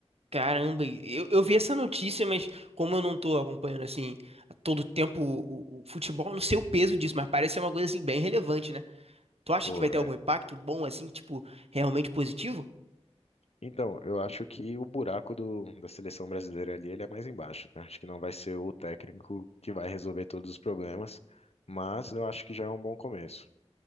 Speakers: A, on the right; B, on the left.
A: Caramba, e eu, eu vi essa notícia, mas como eu não tô acompanhando assim a todo tempo o, o- o futebol, eu não sei o peso disso, mas parece ser uma coisa assim bem relevante, né? Tu acha
B: Pô,
A: que vai ter algum impacto bom assim, tipo, realmente positivo?
B: Então, eu acho que o buraco do, da seleção brasileira ali, ele é mais embaixo, né? Acho que não vai ser o técnico que vai resolver todos os problemas, mas eu acho que já é um bom começo.